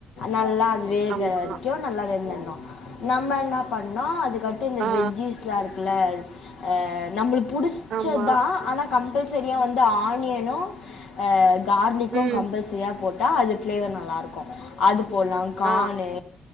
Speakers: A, on the left (about 80°); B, on the right (about 70°).
A: நல்லா அது வேகுற
B: ஆமா.
A: வரைக்கு நல்லா வெந்துர்ணு நம்ம என்னா பண்ணு அதுக் காட்டு இந்த
B: ஆ
A: வெஜ்ஜிஸ்லா இருக்குல ஆ நம்ளுக்கு புடிச்சத்
B: ஆமா.
A: தா ஆனா கம்பல் சரியா வந்து ஆனியனு ஆ கார்லிக்கு
B: ம்.
A: கம்பல் சரியா போட் டா அது ஃப்ளேவர் நல்லாருக்கு அது போட்லா கானு
B: ஆ